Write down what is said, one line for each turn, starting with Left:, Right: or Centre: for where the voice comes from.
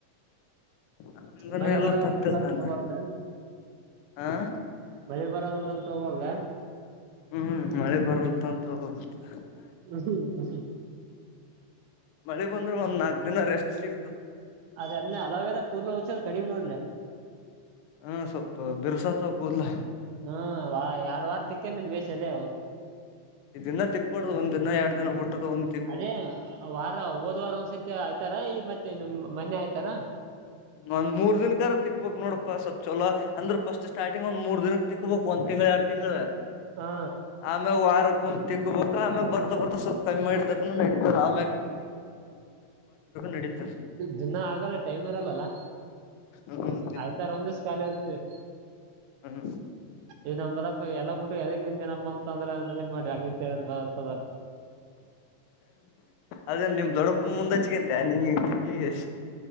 Left: ಅಂದನ
Right: ಬಳಿ
Left: ಎಲ್ಲ
Right: ಬರಲ್ಲಲ್ಲ
Left: ತತ್ತ ನಾನ
Right: ತಗೊಲ್ಲ
Left: ಹ
Right: ಬಳಿ ಬರ ತಗೊಳದ
Left: ಹ್ಮ್ ಮಳೆ ಬರಲ್ತ ಅಂತ ಹ
Right: ಹ ಹ್ಮ ಹ್್
Left: ಮಳಿ ಬಂದ್ರೆ ಒಂದ್ ನಾಕ್ ದಿನ ರೆಸ್ಟ್ ಸಿಗ್ತು
Right: ಅದನ್ನ ಅಲಾವೇರ ಕೂದಲ ಹಚ ಕಡಿಮೆ ನೋಡ್ಲ
Left: ಹ್ಮ ಸ್ವಲ್ಪ ಬಿರ್ಸಾತ ಕೂದಲ
Right: ಹ್ಮ ವ ಎರಡು ವಾರ ತಿಕ್ಕಂದನ್ ಬೇಷ ಅದೆೇವು
Left: ಇದಿನ ತಿಕ್ಬಾರಡ್ದು ಒಂದ್ ದಿನ ಎರಡ್ ದಿನ ಹುಟ್ಟಕ ಒಂದ್ ತಿಕ್ಕು
Right: ಅದೇ ವಾರ ಹೋದ ವಾರ ಒಂದ್ಸತಿ ಆಯ್ತಾರ ಈ ಮತ್ತೆ ನಿಮ್ ಮನೆೆ ಆಯ್ತಾರ
Left: ಒಂದ ಮೂರ್ ದಿನನ್ ಕರ ತಿಕ್ಬಕ್ ನೋಡಪ್ಪಾ ಸ್ವಲ್ಪ ಚಲ ಅಂದ್ರ ಫಸ್ಟ್ ಸ್ಟಾರ್ಟಿಂಗ್ ಒಂದ್ ಮೂರ್ ದಿನ ತಿಕ್ಬೇಕ ಒಂದ ತಿಂಗ್ಳ ಎರಡ್ ತಿಂಗ್
Right: ಹಾ
Left: ಆಮ್ಯಾಗ ವಾರ ಒ್ ತಿಕ್ಕೋಬೇಕ ಆಮ್ಯಾಗ ಬರ್ತಾ ಬರ್ಾ ಸ್ವಲ್ಪ್ ಕಮ್ಮಿ ಮಾಡಿದಾರ ನೆನ್ ನಡೀತದ
Right: ದಿನ ಆಗಲ್ಲ ಟೈಮ್ ಇರಲ್ಲಲ್ಲ
Left: ಹ್ಮ್
Right: ಆಯ್ತಾರ ಒಂದ್ ದಿವ್ಸ ಖಾಲಿ ಇರ್ತೀವಿ
Left: ಹ್ಮ್
Right: ಇ ಅಂದ್ರ ಎಲ್ಲಾ ಬಿಟ್ಟುದಕ್ ನಿಂತೇನಪ್ಪ ಅಂತಂದ್ರೆ್ರ ಏನ್ ಮಾಡ್ರಿ ಆ ಬರ್ತದಲ್ಲ
Left: ಅದೇ ನಿಮ್ ದೊಡ್ಡಪ್ಪನ ಮುಂದಚ್ಿಕನ್ ನಿ ಕಷ್ಟ